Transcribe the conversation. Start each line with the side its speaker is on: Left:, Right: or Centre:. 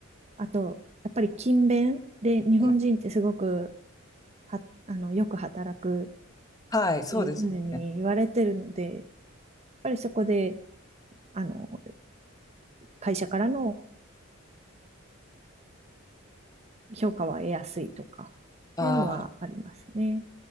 Right: あと、やっぱり勤勉で日本人ってすごく
Left: はい、
Right: は、あの、よく働く
Left: はいそうですね。
Right: っていうふうに言われてるので、やっぱりそこで、あの、会社からの評価は得やすいとか、
Left: あ
Right: いうのはありますね。